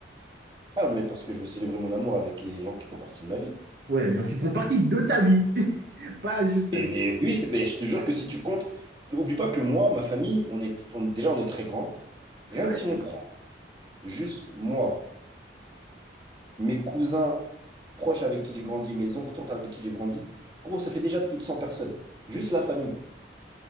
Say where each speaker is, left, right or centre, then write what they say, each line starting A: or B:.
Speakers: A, on the right; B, on the right.
A: Ah, mais parce que je veux célébrer mon amour avec les gens qui font partie de ma vie.
B: Ouais, les gens qui font partie de ta vie, <laughs> pas juste
A: Eh
B: les...
A: mais oui, mais je te jure que si tu comptes, n'oublie pas que moi, ma famille, on est, on- déjà, on est très grand. Rien
B: Ouais.
A: que si on prend juste moi. mes cousins proches avec qui j'ai grandi, mes oncles, tantes avec qui j'ai grandi, gros, ça fait déjà plus de 100 personnes. Juste la famille.